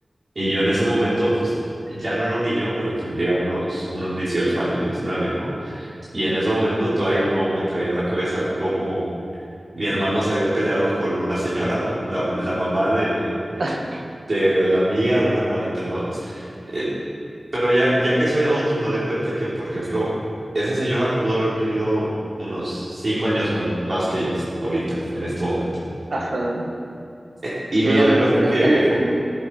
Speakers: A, on the right; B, on the right.
A: y yo en ese momento, pues ya no era un niño, pero tendría unos, unos 18 años, 19, ¿no? Y en ese momento todavía no me cabía en la cabeza cómo mi hermano se había peleado con una señora, ¿no? La, la mamá de
B: <laughs>
A: de la amiga, de un hermanito, ¿no? Eh, pero ya, ya que soy adulto me doy cuenta que, por ejemplo, esa señora pudo haber tenido unos cinco años ma- más que yo ahorita, en este momento.
B: Ajá.
A: Eh, y
B: Sí,
A: me doy
B: ya no,
A: cuenta
B: no- ya
A: que,
B: no es tan lejano.